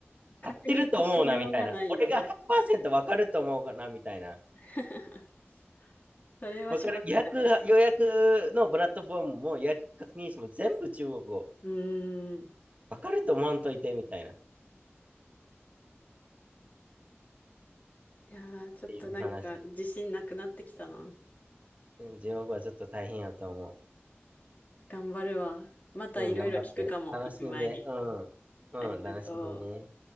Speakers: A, on the left; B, on the right.
A: 確認のしようがないよな。
B: 合ってると思うな、みたいな。俺が100%わかると思うな、みたいな。
A: <laughs> それはしょうがない。
B: わから予約が、予約のプラットフォームも予約確認しても全部中国語。
A: うーん。
B: わかると思わんといて、みたいな。っ
A: いやー、ちょっとなんか自信なくなってきたな。
B: ていう話。うん、地獄はちょっと大変やと思
A: 頑張るわ。またいろいろ聞くかも、
B: う。うん、頑張って。楽しんで。
A: 行く前に。
B: うん。うん、
A: ありがと
B: 楽しんでね。